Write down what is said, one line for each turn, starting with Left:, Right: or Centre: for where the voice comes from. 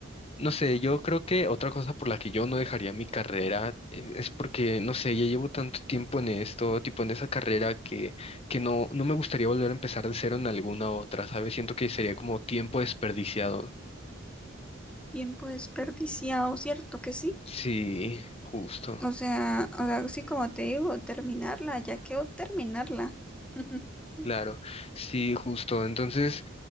Left: no sé, yo creo que otra cosa por la que yo no dejaría mi carrera eh, es porque, no sé, ya llevo tanto tiempo en esto, tipo en esa carrera que, que no, no me gustaría volver a empezar de cero en alguna otra, ¿sabes? Siento que sería como tiempo desperdiciado.
Centre: tiempo desperdiciado, ¿cierto que sí?
Left: Sí, justo.
Centre: O sea, o sea, sí, como te digo, terminarla, ya quedó terminarla. <laughs>
Left: Claro, sí, justo. Entonces,